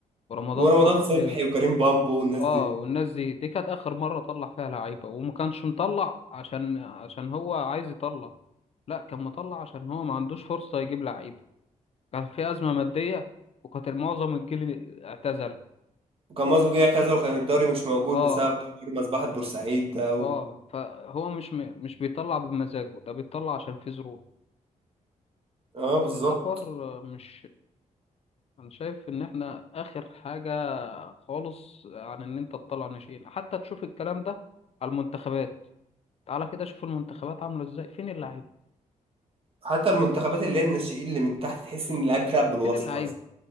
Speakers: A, on the left; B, on the right.
A: ورمضان
B: ورمضان
A: صبحي
B: صبحي وكريم بامبو والناس
A: اه
B: دي
A: والناس دي دي كانت اخر مره طلع فيها لعيبه وما كانش مطلع عشان عشان هو عايز يطلع لا كان مطلع عشان هو ما عندوش فرصه يجيب لعيبه كان في ازمه ماديه وكانت معظم الجيل اعتزل
B: وكان مازو اعتزل وكان الدوري مش موجود
A: اه
B: بسبب حوار مذبحة بورسعيد ده و...
A: اه فهو مش م... مش بيطلع بمزاجه ده بيطلع عشان في ظروف
B: اه بالظبط
A: ده حوار مش انا شايف ان احنا اخر حاجه خالص عن ان انت تطلع ناشئين حتى تشوف الكلام ده على المنتخبات تعالى كده شوف المنتخبات عامله ازاي فين اللعيبه
B: حتى المنتخبات اللي هي الناشئين اللي من تحت تحس
A: <laughs>
B: ان اللاعب بيلعب بالواسطة
A: فين اللعيبة
B: اصلا